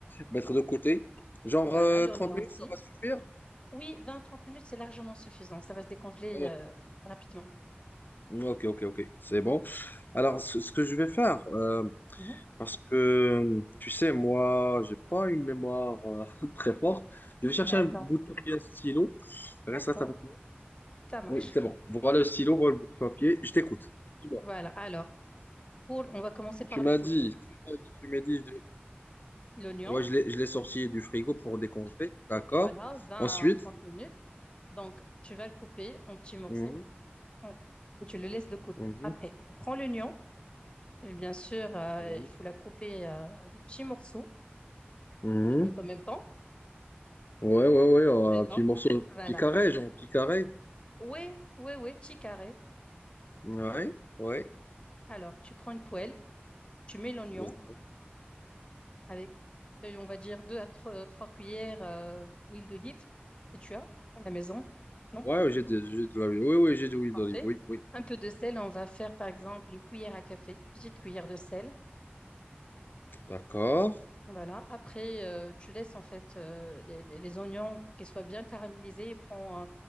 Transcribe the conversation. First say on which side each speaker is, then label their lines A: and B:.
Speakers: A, on the left (about 55°); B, on the left (about 25°).
A: mettre de côté. Genre
B: Voilà,
A: euh,
B: l'oignon
A: 30 minutes,
B: aussi.
A: ça va suffire?
B: Oui, vingt trente minutes, c'est largement suffisant. Ça va se décongeler,
A: Ok,
B: heu, rapidement.
A: ok, ok, ok, c'est bon. Alors, ce, ce que je vais faire, euh,
B: Mmh
A: parce que, tu sais, moi, j'ai pas une mémoire euh, <laughs> très forte. Je vais chercher
B: D'accord,
A: un bout de papier, un stylo. Reste,
B: d'accord,
A: reste avec moi.
B: ça marche.
A: Oui, c'est bon. Voilà le stylo, voilà le bout de papier. Je t'écoute. Dis-moi.
B: Voilà, alors, poule, on va commencer par
A: Tu m'as
B: le poule.
A: dit, tu m'as dit, tu m'as dit, de-
B: L'oignon,
A: ouais, je l'ai je l'ai sorti du frigo pour décongeler. D'accord.
B: Voilà, 20
A: Ensuite,
B: à 30 minutes. Donc, tu vas le couper en petits morceaux
A: Mhm,
B: en- et tu le laisses de côté.
A: mhm,
B: Après, prends l'oignon. Et bien sûr, euh,
A: mhm,
B: il faut la couper euh, des petits morceaux.
A: mhm.
B: Tu notes en même temps.
A: Ouais, ouais, ouais, euh,
B: Eh
A: un petit
B: ben,
A: morceau, un
B: voilà.
A: petit carré, genre, un petit carré.
B: Oui, oui, oui, petit carré.
A: Ouais, ouais,
B: Alors, tu prends une poêle, tu mets l'oignon
A: ouais.
B: avec, euh, on va dire, deux à tro- trois cuillères euh, huile d'olive que tu as à la maison. Non?
A: Ouais, j'ai de, j'ai de l'olive. Oui, oui, j'ai de l'huile
B: Parfait.
A: d'olive. Oui, oui.
B: Un peu de sel, on va faire par exemple une cuillère à café, petite cuillère de sel.
A: D'accord.
B: Voilà. Après, euh, tu laisses en fait euh, les, les- les oignons pour qu'ils soient bien caramélisés et prend euh,